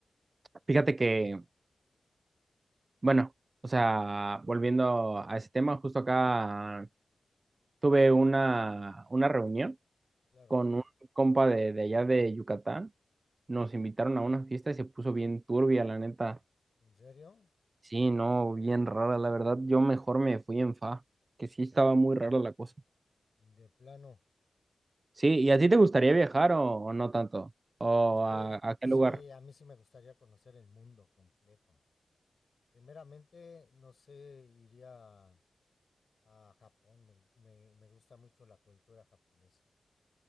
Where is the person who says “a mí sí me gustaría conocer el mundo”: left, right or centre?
Left